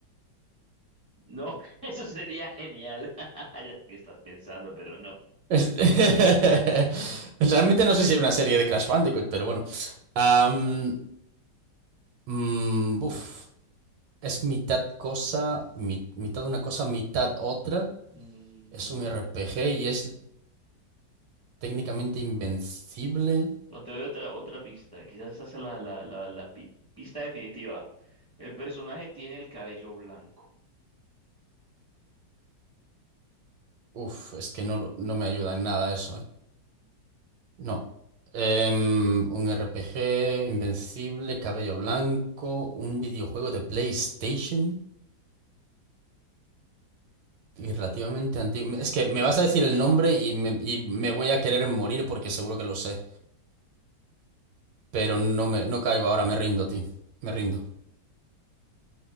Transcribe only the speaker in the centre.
No, <laughs> eso sería genial. <laughs> Ya sé que estás pensando, pero no.
Mm,
No te doy otra, otra pista. Quizás esa sea la, la, la, la pi- pista definitiva. El personaje tiene el cabello blanco.